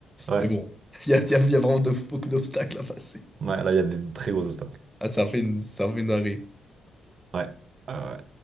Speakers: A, on the right; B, in the centre.
A: Ouais,
B: Mais bon, <laughs> il y a, il y a- il y a vraiment de- beaucoup d'obstacles à passer.
A: ouais, là, il y a des très gros obstacles.
B: Ah, ça a fait une, ça a fait une dinguerie.
A: Ouais. Euh,